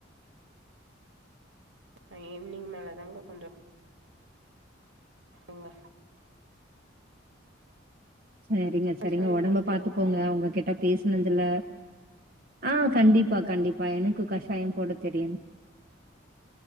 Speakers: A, on the right; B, on the right.
A: நா ஈவ்னிங் மேல தாங்க கொஞ்சோ உவ்வ
B: சரிங்க சரிங்க
A: கசாயம்
B: ஒடம்ப
A: போட
B: பாத்துக்கோங்க
A: தெரியுங்களா
B: உங்க கிட்ட பேசுனதுல அ கண்டிப்பா கண்டிப்பா எனக்கு கஷாயோ போட தெரியு